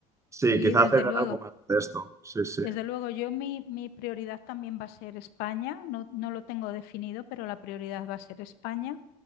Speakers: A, on the right (about 15°); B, on the left (about 70°).
A: sí,
B: sí,
A: quizá
B: desde
A: hacer
B: luego.
A: algo más de esto. Sí, sí.
B: Desde luego, yo mi, mi prioridad también va a ser España. No, no lo tengo definido, pero la prioridad va a ser España.